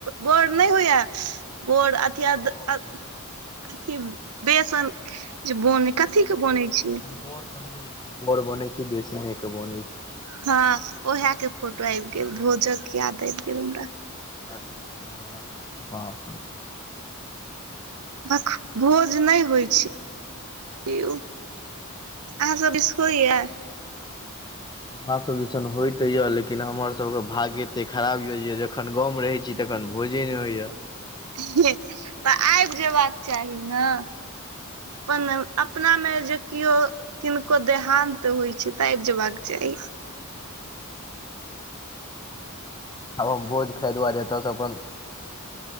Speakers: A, on the right; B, on the left.
A: बोर नहि होइए बोर किये
B: हँ
A: दऽ अ
B: हँ
A: कथी बेसन जे बनै कथी के बनै छै
B: बोर समझै बोर बनै छै बेसने के बनै छै
A: हँ ओहे के फोटो आबि गेल भोजक याद आबि गेल हमरा
B: अच्छा बाप रौ
A: भक भोज नहि होए छै यौ उ अहाँ सब दिस होइया
B: हमरा सब दिसन होए तऽ यऽ लेकिन हमर सबके भाग्य एते खराब यए जे जखन गाँवमे रहै छी तेखन भोजे नहि होइय
A: ह्ह तऽ आबि जेबाक चाही ने अपन अपना मे जे कियो किनको देहान्त होए छै तऽ आबि जेबाक चाही
B: आब हम भोज खै दुआरे एतऽ स अपन